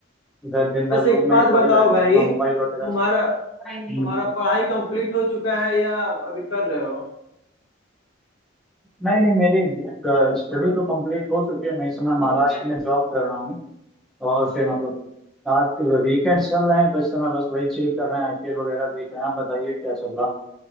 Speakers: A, in the centre; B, on the left.
A: इधर दिन भर
B: वैसे
A: रूम
B: एक बात
A: में ही पड़े
B: बताओ
A: रहते
B: भाई
A: हैं अपना मोबाइल
B: तुम्हारा
A: वगैरह से हम्म।
B: तुम्हारा पढ़ाई कंप्लीट हो चुका है या अभी कर रहे हो
A: नहीं नहीं मेरी स्टडी तो कंप्लीट हो चुकी है मैं इस समय महाराष्ट्र में जॉब कर रहा हूँ और फिर मतलब यार वीकेंड चल रहे हैं तो इस समय बस वही चिल कर रहे हैं आईपीएल वगैरह देख रहे हैं आप बताइए क्या चल रहा